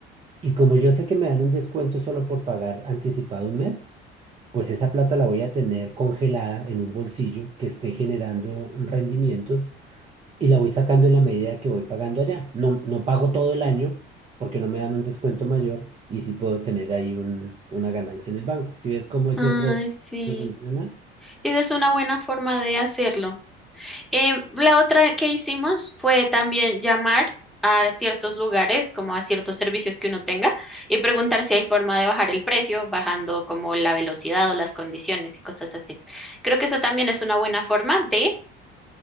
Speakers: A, on the right (about 20°); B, in the centre.
A: y como yo sé que me dan un descuento solo por pagar anticipado un mes, pues esa plata la voy a tener congelada en un bolsillo que esté generando rendimientos y la voy sacando en la medida que voy pagando allá. No, no pago todo el año porque no me dan un descuento mayor y sí puedo tener ahí un, una ganancia en el banco. Si ves cómo ese
B: Ay,
A: otro
B: sí.
A: no funciona?
B: Esa es una buena forma de hacerlo. Em, la otra que hicimos fue también llamar a ciertos lugares, como a ciertos servicios que uno tenga, y preguntar si hay forma de bajar el precio, bajando como la velocidad o las condiciones y cosas así. Creo que esa también es una buena forma de,